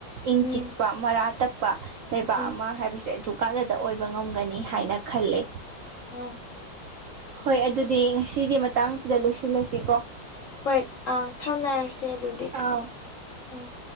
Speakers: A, on the right; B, on the left.
A: ꯏꯪ
B: ꯎꯝ
A: ꯆꯤꯛꯄ ꯃꯔꯥ ꯇꯞꯄ ꯂꯩꯕꯥꯛ
B: ꯎꯝ
A: ꯑꯃ ꯍꯥꯏꯕꯁꯦ ꯑꯗꯨ ꯀꯥꯟꯗꯗ ꯑꯣꯏꯕ ꯉꯝꯒꯅꯤ ꯍꯥꯏꯅ ꯈꯂꯦ
B: ꯑꯣꯐ
A: ꯍꯣꯏ ꯑꯗꯨꯗꯤ ꯉꯁꯤꯗꯤ ꯃꯇꯥꯡꯁꯤꯗ ꯂꯣꯏꯁꯤꯜꯂꯁꯤꯀꯣ
B: ꯍꯣꯏ ꯑꯪ ꯊꯝꯅꯔꯁꯦ ꯑꯗꯨꯗꯤ
A: ꯑꯥꯎ
B: ꯎꯝ